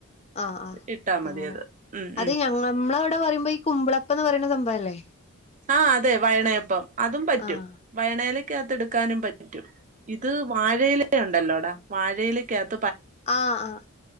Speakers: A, on the left (about 30°); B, on the right (about 35°).
A: ആഹ ആഹ
B: ഇട്ടാ മതി
A: അങ്ങനെ
B: അത് ഉം
A: അത്
B: ഉം
A: ഞങ്ങ മ്മളവടെ പറയുമ്പോ ഈ കുമ്പളപ്പന്ന് പറയുന്ന സംഭവല്ലേ
B: ആ അതെ വയണയപ്പം അതും പറ്റും
A: ആഹ്
B: വയണയിലക്കകത്ത് എട്ക്കാനും പറ്റും ഇത് വാഴയിലേയിലുണ്ടല്ലോടാ വാഴയിലക്കകത്ത്
A: ആ ആഹ